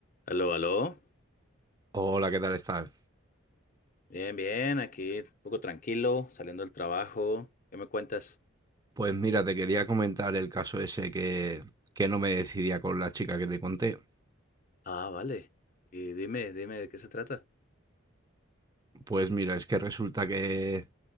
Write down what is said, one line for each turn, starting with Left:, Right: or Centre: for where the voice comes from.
Left: Aló, aló.
Right: Hola, ¿qué tal estás?
Left: Bien, bien, aquí un poco tranquilo, saliendo del trabajo. ¿Qué me cuentas?
Right: Pues mira, te quería comentar el caso ese que, que no me decidía con la chica que te conté.
Left: Ah, vale. Y dime, dime de qué se trata.
Right: Pues mira, es que resulta que